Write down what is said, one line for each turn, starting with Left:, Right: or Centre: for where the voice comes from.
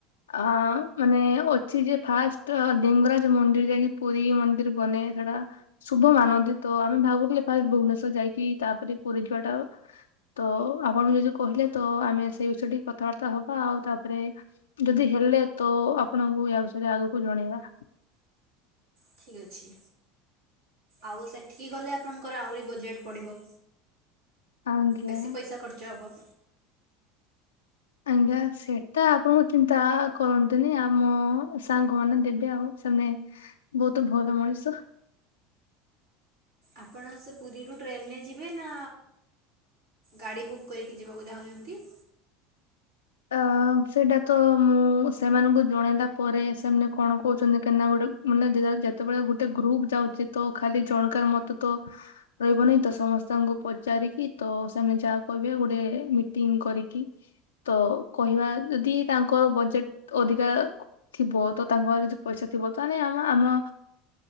Left: ଆ ମାନେ ଅଛି ଯେ ଫାଷ୍ଟ ଡିଙ୍ଗରା ମନ୍ଦିର ଯାଇକି ପୁରୀ ମନ୍ଦିର ବନେ ସେଟା। ଶୁଭ ମାନନ୍ତି ତ ଆମେ ଭାବୁଥିଲେ ଫାଷ୍ଟ ଭୁବନେଶ୍ଵର ଯାଇକି ତାପରେ ପୁରୀ ଯିବାଟା ତ ଆପଣ କିଛି କହିଲେ ତ ଆମେ ସେଇ ବିଷୟ ଟିକ କଥାବାର୍ତ୍ତା ହବା ଆଉ ତାପରେ, ଯଦି ହେଲେ ତ ଆପଣଙ୍କୁ ୟା ବିଷୟରେ ଆଗକୁ ଜଣେଇବା।
Right: ଠିକ୍ ଅଛି। ଆଉ ସେଠିକି ଗଲେ ଆପଣଙ୍କର ଆହୁରି ବଜେଟ୍ ପଡ଼ିବ।
Left: ଆଜ୍ଞା।
Right: ବେଶି ପଇସା ଖର୍ଚ୍ଚ ହବ।
Left: ଆଜ୍ଞା ସେଇଟା ଆପଣଙ୍କୁ ଚିନ୍ତା କରନ୍ତୁନି ଆମ ସାଙ୍ଗ ମାନେ ଦେବେ ଆଉ ସେମାନେ। ବହୁତ୍ ଭଲ ମଣିଷ।
Right: ଆପଣ ସେ ପୁରୀରୁ ଟ୍ରେନ୍ରେ ଯିବେ ନା ଗାଡ଼ି ବୁକ୍ କରିକି ଯିବାକୁ ଚାହୁଁଚନ୍ତି?
Left: ଅ ସେଇଟାତ ମୁଁ ସେମାନଙ୍କୁ ଜଣେଇଲା ପରେ ସେମାନେ କଣ କହୁଚନ୍ତି କେନା ଗୋଟେ ମାନେ ଦେ ଯେତେବେଳେ ଗୋଟେ ଗ୍ରୁପ୍ ଯାଉଚିତ ଖାଲି ଜଣକାର ମତତ ରହିବନହିଁତ ସମସ୍ତଙ୍କୁ ପଚାରିକି ତସେମାନେ ଯାହା କହିବେ ଗୋଟେ ମିଟିଂ କରିକି ତ କହିବା ଯଦି ତାଙ୍କର ବଜେଟ୍ ଅଧିକା ଥିବ ତତାଙ୍କ ପାଖରେ ଯଦି ପଇସା ଥିବ ତାହାନେ ଆମ ଆମ